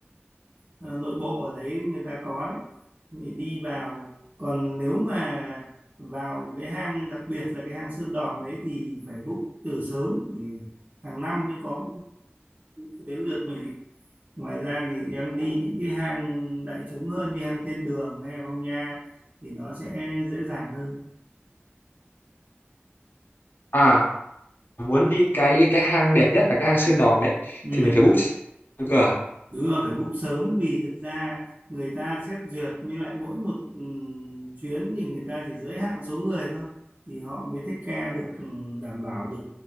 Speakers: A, on the right; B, on the left.
A: ờ, nội bộ ở đấy người ta có đấy. Thì đi vào, còn nếu mà vào cái hang đặc biệt là cái hang Sơn Đòn đấy thì phải book từ sớm vì hàng năm mới có ừ, đến lượt mình ấy. Ngoài ra thì em đi những cái hang đại chúng hơn như hang Thiên Đường hay Phong Nha thì nó sẽ dễ dàng hơn.
B: À muốn đi cái cái hang đẹp nhất là cái hang Sơn Đòn đấy
A: Ừ.
B: thì mình phải book cơ.
A: Đúng là phải book sớm vì thực ra người ta xét duyệt với lại mỗi một ừm, chuyến thì người ta chỉ giới hạn số người thôi thì họ mới take care được ừm, đảm bảo được